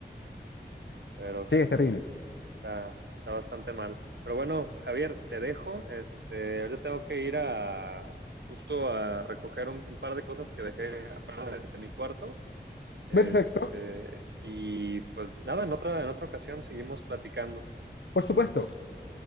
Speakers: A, on the right; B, on the left.
A: pero sí,
B: Sí, es terrible.
A: está, está bastante mal. Pero bueno, Javier, te dejo, este, ahorita tengo que ir a, justo a recoger un, un par de cosas que dejé afuera de, de mi cuarto, este,
B: Perfecto,
A: y pues nada, en otra, en otra ocasión seguimos platicando.
B: por supuesto.